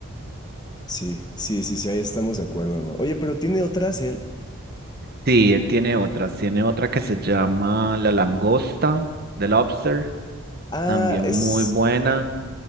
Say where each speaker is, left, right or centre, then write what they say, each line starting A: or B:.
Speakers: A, on the left; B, on the right.
A: sí, sí, sí, sí, ahí estamos de acuerdo, ¿no? Oye, pero tiene otras él.
B: Sí, él tiene otras. Tiene otra que se llama La Langosta, The Lobster.
A: Ah,
B: También
A: es.
B: muy buena.